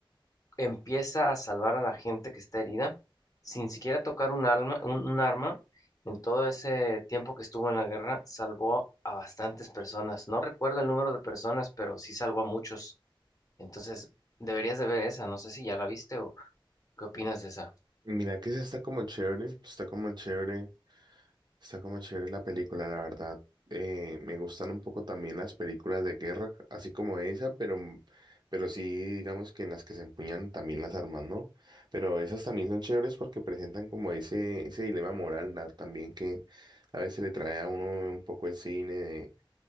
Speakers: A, on the left; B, on the right.
A: Empieza a salvar a la gente que está herida sin siquiera tocar un alma- un, un arma. En todo ese tiempo que estuvo en la guerra, salvó a bastantes personas. No recuerdo el número de personas, pero sí salvó a muchos. Entonces, deberías de ver esa. No sé si ya la viste o qué opinas de esa.
B: Mira que sí está como chévere, está como chévere, está como chévere la película, la verdad. Eh, me gustan un poco también las películas de guerra, así como esa, pero, pero sí, digamos que en las que se empuñan también las armas, ¿no? Pero esas también son chéveres porque presentan como ese, ese dilema moral, ¿no? También que a veces le trae a uno un poco el cine de